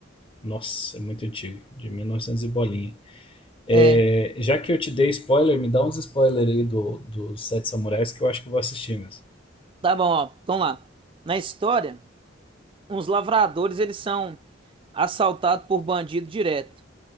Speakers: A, on the left (about 30°); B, on the right (about 25°).
A: nossa, é muito antigo, de 1900 e novecentos e bolinha. É,
B: É.
A: já que eu te dei spoiler, me dá uns spoilers aí do, dos Sete Samurais que eu acho que eu vou assistir mesmo.
B: Tá bom, ó. Vamos lá. Na história. uns lavradores, eles são assaltados por bandido direto.